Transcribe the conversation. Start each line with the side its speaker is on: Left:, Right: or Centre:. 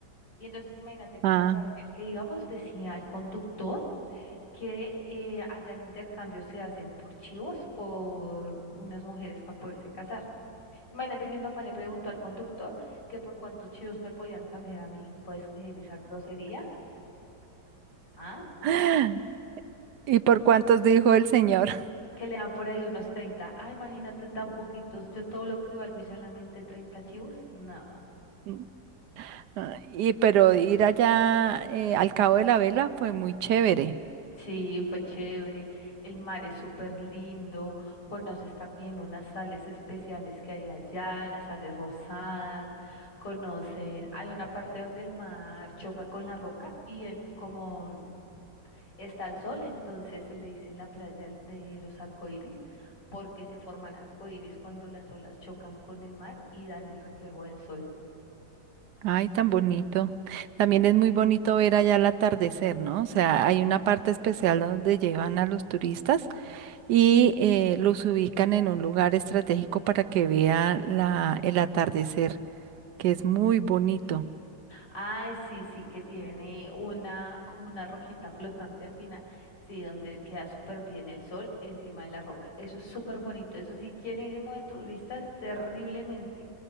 Left: Y entonces imagínate que
Right: Ah,
Left: en el carro en el que íbamos decía el conductor que eh, allá el intercambio se hacen por chivos, por unas mujeres para poderse casar. Imagínate que mi papá le preguntó al conductor que por cuántos chivos me podían cambiar a mí. ¿Puedes creer esa grosería? ¿Ah?
Right: <laughs> ¿y por cuántos dijo el señor?
Left: Que le dan por ahí unos 30. Ah, imagínate tan poquitos. Yo todo lo que valgo y solamente treinta chivos. No,
Right: <laughs> Ah, Y pero ir allá eh, al Cabo de la Vela fue muy chévere.
Left: sí, fue chévere. El mar es súper lindo. Conoces también unas sales especiales que hay allá, las sales rosadas. Conoces, hay una parte donde el mar choca con la roca y en como está el sol, entonces se le dice en la playa de los arcoíris. porque se forman arcoíris cuando las olas chocan con el mar y dan el reflejo del sol.
Right: Ay, tan bonito. También
Left: Sí.
Right: es muy bonito ver allá el atardecer, ¿no? O sea, hay una parte especial donde llevan a los turistas y eh, los ubican en un lugar estratégico para que vean la, el atardecer, que es muy bonito.
Left: Ah, sí, sí, que tiene una, como una roquita flotante al final, sí, donde queda súper bien el sol encima de la roca. Eso es súper bonito, eso sí, llenísimo de turistas, terriblemente,